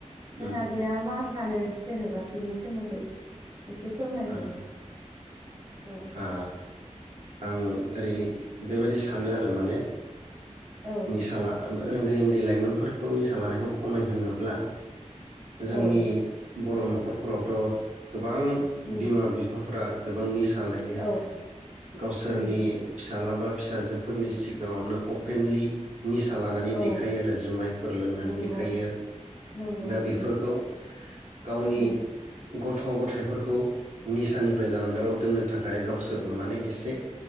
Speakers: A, on the right; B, on the right.
A: उम
B: नों आगैया मा सा नो जेनेबा? बिनि सोमोन्दै एसे फोरमायदो
A: ओ
B: औ
A: आ आं ओरै बेबायदि सानो आरो माने
B: औ
A: नि साल ओ ब उन्दै उन्दै लाइमोनफोरखौ निसा लानायखौ खमायहोनोब्ला जोंनि
B: औ
A: बर' न'खरफोरावथ' गोबां
B: उम
A: बिमा बिफाफोरा गोबां निसा लायो
B: औ
A: गावसोरनि
B: उम
A: फिसालाबा फिसाजोफोरनि सिगाङावनो अपेनलि निसा लानानै
B: औ
A: देखायो आरो जुमायफोर लोंनानै
B: नंगौ
A: देखायो
B: नंगौ
A: दा
B: आगै
A: बेफोरखौ
B: ओं
A: गावनि
B: उम
A: गथ' गथायाइफोरखौ निसानिफ्राय जानगाराव दोननो थाखाय गावसोरबो माने एसे